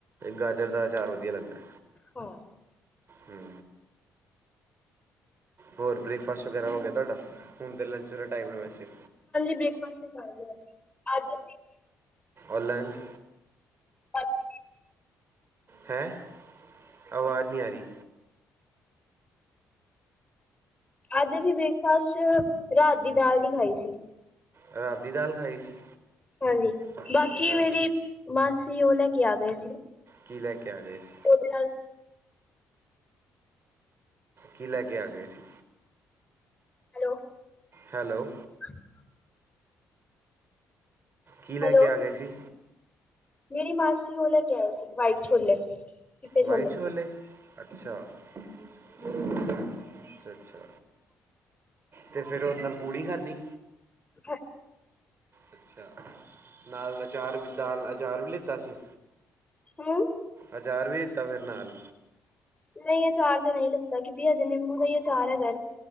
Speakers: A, on the right; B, on the left.
A: ਗਾਜਰ ਦਾ ਅਚਾਰ ਵਧੀਆ ਲੱਗਦੈ।
B: ਹਾ।
A: ਹੂੰ। ਹੋਰ ਬ੍ਰੇਕਫਾਸਟ ਵਗੈਰਾ ਹੋ ਗਿਆ ਤੁਆਡਾ, ਹੁਣ ਤੇ ਲੰਚ ਦਾ ਟਾਈਮ ਐ ਵੈਸੇ।
B: ਬ੍ਰੇਕਫਾਸਟ ਹੀ ਹਾਂਜੀ ਅੱਜ
A: ਔਨਲਾਈਨ 'ਚ
B: ਰਾਤ-
A: ਹੈਂ, ਆਵਾਜ਼ ਨੀ ਆ ਰੀ।
B: ਅੱਜ ਅਸੀਂ ਬ੍ਰੇਕਫਾਸਟ 'ਚ ਰਾਤ ਦੀ ਦਾਲ ਵੀ ਖਾਈ ਸੀ।
A: ਰਾਤ ਦੀ ਦਾਲ ਖਾਈ ਸੀ।
B: ਹਾਂਜੀ,
A: ਅੱਛਾ
B: ਬਾਕੀ ਮੇਰੀ ਮਾਸੀ ਔ ਲੈ ਕੇ ਆ ਗਏ ਸੀ।
A: ਕੀ ਲੈ ਕੇ ਆ ਗਏ ਸੀ?
B: ਉਹਦੇ ਨਾਲ
A: ਕੀ ਲੈ ਕੇ ਆ ਗਏ ਸੀ?
B: ਹੈਲੋ
A: ਹੈਲੋ
B: ਹਾਂਜੀ
A: ਕੀ ਲੈ
B: ਹੈਲੋ
A: ਕੇ ਆ ਗਏ ਸੀ
B: ਮੇਰੀ ਮਾਸੀ ਉਹ ਲੈ ਕੇ ਆਇਆ ਸੀ ਬਾਈਕ ਛੋਲੇ ਚਿੱਟੇ
A: ਵਾਈਟ
B: ਛੋਲੇ
A: ਚੋਲੇ ਅੱਛਾ ਅੱਛਾ ਅੱਛਾ ਤੇ ਫੇਿਰ ਉਹਦੇ ਨਾਲ ਪੂੜੀ ਖਾਧੀ
B: ਹਾਂਜੀ
A: ਅੱਛਾ ਨਾਲ ਅਚਾਰ ਵੀ ਦਾਲ ਅਚਾਰ ਵੀ ਲਿੱਤਾ ਸੀ।
B: ਹੂੰ
A: ਅਚਾਰ ਵੀ ਦਿੱਤਾ ਫਿਰ ਨਾਲ।
B: ਨਹੀਂ ਇਹ ਅਚਾਰ ਤੇ ਨਹੀਂ ਲੈ ਤਾਂ ਕਿਉਂਕਿ ਹਜੇ ਨਿੰਬੂ ਦਾ ਹੀ ਆ ਅਚਾਰ ਹੈਗਾ ਘਰ